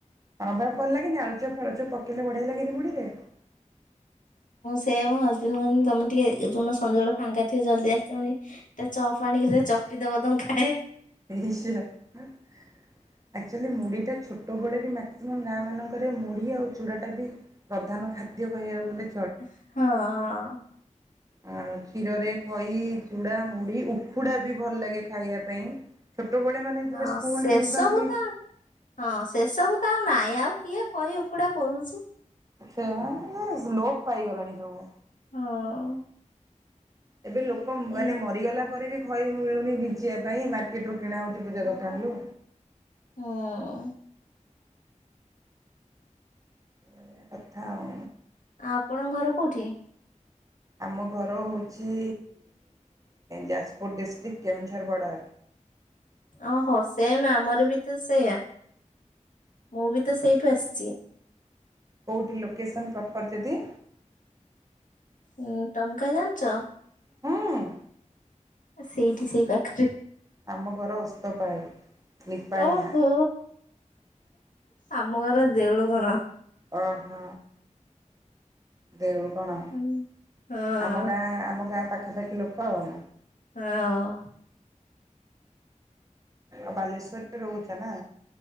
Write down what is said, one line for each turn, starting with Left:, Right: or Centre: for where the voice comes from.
Right: ହଁ ଭ ପିଲ ଲାଗ କିି ଆଳୁଚ ଫଳଚ ପ ଲେ ବଢେଇଲା କେତେ ମୁଡିଲେ
Left: ସେ ଏବଂ ହଜବେଣ୍ଡ କହ ତମେ ଟିକେ ଯୋଉନ ସଞ୍ଜବେଡ ଫାଙ୍କା ିବ ଜଲଦି ଆସିିବଣି ତା ଚପ ଆଣିକି ଚକଟିି ଦବ ତମକୁ ଖାଏ
Right: ଚୁଆଲି ମୁଢି ଟା ଛୋଟ ବ ବି ମ ଆ ଗାଁ ମାନଙ୍କରେ ମୁଢି ଆଉ ଚୂଡ଼ା ଟା ବି ପ୍ରଧାନ ଖାଦ୍ୟ କହିବାକୁ ଗଲେ
Left: ହଁ
Right: ଆ କ୍ଷୀରରେ ଖଇ ଚୁଡ଼ା ମୁଢ ଉଖୁଡ଼ା ବି ଭଲ ଲାଗେ ଖାଇବା ପାଇଁ ଛୋଟବେଳେ ମାନେ ଯେତେବେଳେ
Left: ହଁ
Right: ସ୍କୁଲ
Left: ସେସବୁ
Right: ଟିଉସନ କି
Left: ତ ହଁ ସେସବୁ ତ ଆଉ ନାଇଁ ଆଉ କିଏ ହଇ ଉକୁଡା କରୁଛି
Right: ସେ ଲୋପ ପାଇଗଲାଣି ସବୁ
Left: ହଁ
Right: ଏବେ ଲୋକ ମାନେ
Left: ଏ
Right: ମରିଗଲା ପରେ ବି ଖ ମିଳୁନି ବିଚିବା ପାଇଁ ମାର୍କେଟ ରୁ କିଣା ହଉଛି ପୂଜା ଦୋକାନରୁୁ
Left: ହଁ
Right: ବଳିଆ କଥା ଆଉ
Left: ଆପଣଙ୍କ ଘର କୋଉଠି?
Right: ଆମ ଘର ହେଉଛି ଯାଜପୁର ଡିଷ୍ଟ୍ରିକ୍ଟ କେଉଁଝର ବଡ଼ା।
Left: ଓହୋ ସେମ୍ ଆମର ବି ତ ସେଇଆ। ମୁଁ ବି ତ ସେଇଠୁ ଆସିଛି।
Right: କୋଉଠି ଲୋକେସନ୍ ପ୍ରପର ଯଦି
Left: ହୁଁ ଟମ୍କା ଜାଣିଛ?
Right: ହୁଁ।
Left: ସେଇଠି ସେଇ ପାଖରେ।
Right: ଆମ ଘର ଓସ୍ତପାଳ ନିପାଣିଆ।
Left: ଓହୋ ଆମ ଘର ଦେଉଳୁ କଣ।
Right: ଅ ହ। ଦେଉଳୁ କଣ
Left: ହଁ
Right: ଆମ ଗାଁ ଆମ ଗାଁ ପାଖାପାଖି ଲୋକ ଆଉ।
Left: ହଁ।
Right: ଆଉ ବାଲେଶ୍ଵରରେ ରହୁଛ ନା?